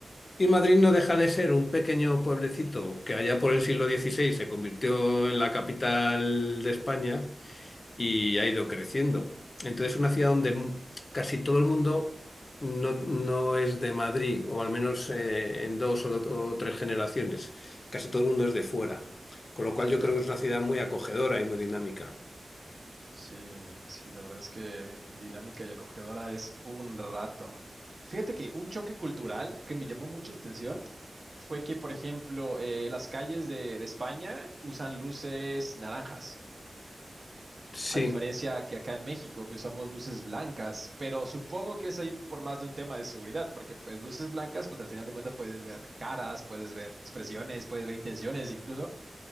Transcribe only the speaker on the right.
Ya,
sí, sí, la verdad es que dinámica y acogedora es un rato. Fíjate que un choque cultural que me llamó mucho la atención fue que, por ejemplo, eh, las calles de, de España usan luces naranjas.
A diferencia que acá en México, que usamos luces blancas, pero supongo que es ahí por más de un tema de seguridad, porque pues luces blancas, pues al final de cuentas puedes ver caras, puedes ver expresiones, puedes ver intenciones incluso.